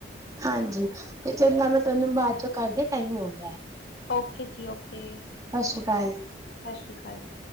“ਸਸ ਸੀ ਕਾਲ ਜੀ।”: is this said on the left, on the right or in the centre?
Left